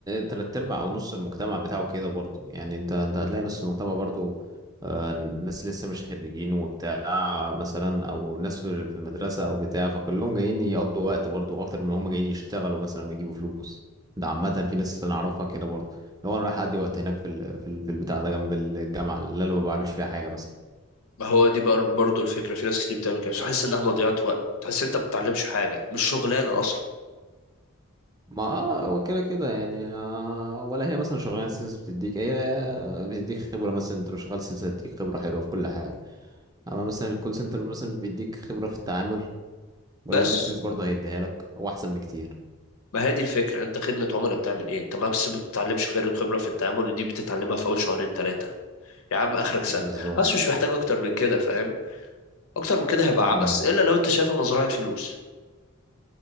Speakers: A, on the right (about 15°); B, on the left (about 80°).
A: تلات ارباع او نص المجتمع بتاعه كده برضو يعني انت انت هتلاقي نص المجتمع برضو آه ناس لسه مش خريجين وبتاع مثلا او ناس في في المدرسة او بتاع فكلهم جايين يقضوا وقت برضو اكتر من هم جايين يشتغلوا مثلا ويجيبوا فلوس ده عامة في ناس انا اعرفها كده برضو لو انا رايح اقضي وقت هناك في ال- في ال- في البتاع ده جنب الجامعة اللي انا ما بعملش فيها حاجة مثلا
B: ما هو دي بقى برضه الفكره في ناس كتير بتعمل كده تحس انها مضيعه وقت تحس انت بتتعلمش حاجه مش شغلانه اصلا
A: ما اه هو كده كده يعني آه ولا هي مثلا شغلانه السيلز بتديك هي بتديك خبره مثلا انت لو شغال سيلز هتديك خبره حلوه في كل حاجه اما مثلا الكول سنتر مثلا بيديك خبره في التعامل ولو
B: بس
A: ان السيلز برضه هيديها لك هو احسن بكتير
B: ما هي دي الفكره انت خدمه عملاء بتعمل ايه انت ما بس بتتعلمش غير الخبره في التعامل ودي بتتعلمها في اول شهرين ثلاثه يا عم اخرك سنه
A: بالظبط
B: بس مش محتاج اكتر من كده فاهم اكتر من كده هيبقى عبث
A: امم
B: الا لو انت شايفها مزرعه فلوس